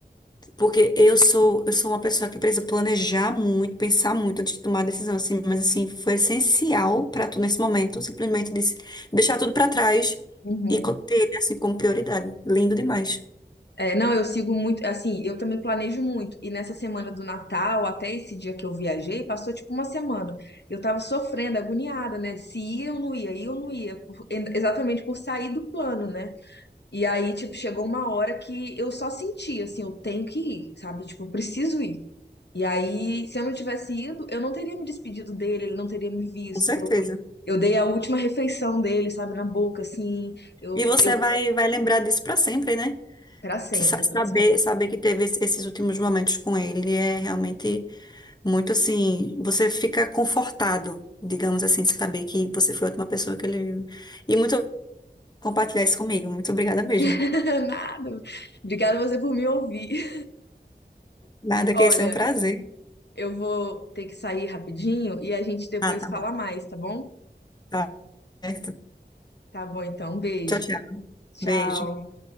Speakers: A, on the left (about 25°); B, on the left (about 75°).
A: Porque eu sou, eu sou uma pessoa que precisa planejar muito, pensar muito antes de tomar a decisão, assim, mas assim, foi essencial para tu nesse momento, simplesmente disse, deixar tudo para trás
B: Uhum.
A: e co- ter ele assim como prioridade. Lindo demais,
B: É, não, eu sigo muito, assim, eu também planejo muito. E nessa semana do Natal, até esse dia que eu viajei, passou tipo uma semana. Eu tava sofrendo, agoniada, né? Se ia ou não ia, ia ou não ia, por- exatamente por sair do plano, né? E aí, tipo, chegou uma hora que eu só senti, assim, eu tenho que ir, sabe? Tipo, eu preciso ir. E aí, se eu não tivesse ido, eu não teria me despedido dele, ele não teria me visto.
A: com certeza.
B: Eu dei a última refeição dele, sabe, na boca, assim, eu,
A: E você
B: eu,
A: vai vai lembrar disso para sempre, né?
B: pra sempre,
A: Sa- Saber,
B: pra sempre.
A: saber que teve esse- esses últimos momentos com ele é realmente muito assim, você fica confortado, digamos assim, de saber que você foi a última pessoa que ele viu. E muito compartilhar isso comigo. Muito obrigada mesmo.
B: <laughs> Nada. Obrigada você por me ouvir.
A: Nada
B: Olha,
A: que esse é um prazer.
B: eu vou ter que sair rapidinho e a gente depois
A: Ah, tá
B: fala
A: bom.
B: mais, tá bom?
A: Tá certo.
B: Tá bom, então. Um beijo.
A: Tchau, tchau.
B: Tchau.
A: Beijo.